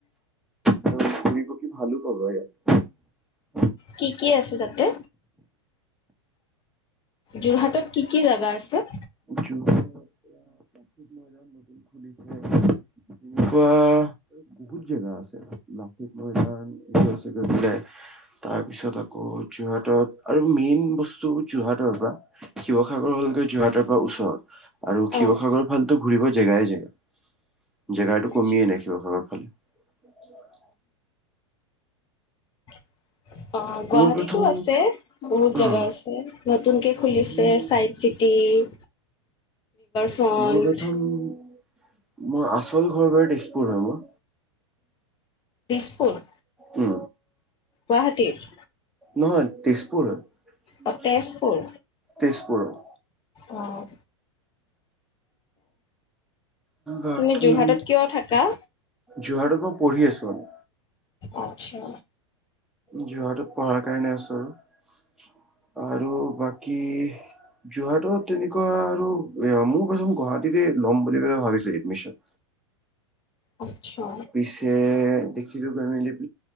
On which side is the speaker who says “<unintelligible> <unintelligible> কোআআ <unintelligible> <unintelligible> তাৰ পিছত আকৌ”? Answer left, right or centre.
Centre